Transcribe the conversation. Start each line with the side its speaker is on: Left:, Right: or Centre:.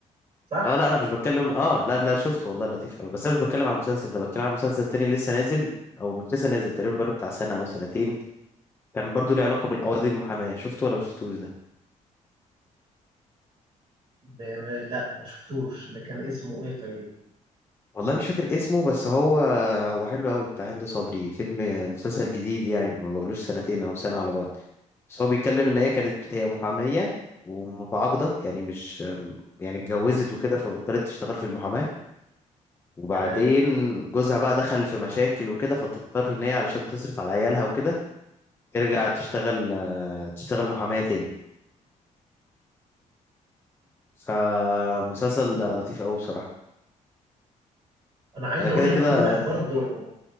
Right: صح؟
Left: اه لا انا مش بتكلم اه لا لا شفته والله لطيف قوي بس انا مش بتكلم على المسلسل ده بتكلم على مسلسل تاني لسه نازل او مش لسه نازل تقريبا بقاله بتاع سنه او سنتين كان برضو ليه علاقه بالقواضي المحاماه شفته ولا ما شفتوش ده
Right: ب- ما- لا ما شفتوش ده كان اسمه ايه طيب
Left: والله مش فاكر اسمه بس هو هو حلو قوي بتاع هند صبري فيلم مسلسل جديد يعني ما بقولوش سنتين او سنه على بعض بس هو بيتكلم ان هي كانت هي محاميه ومتعاقده يعني مش يعني اتجوزت وكده فبطلت تشتغل في المحاماه وبعدين
Right: تمام
Left: جوزها بقى دخل في مشاكل وكده فتضطر ان هي علشان تصرف على عيالها وكده ترجع تشتغل تشتغل محامية تاني فمسلسل لطيف أوي بصراحة
Right: انا عايز
Left: أنا كده
Right: اقول
Left: كده
Right: لك في واحد برضو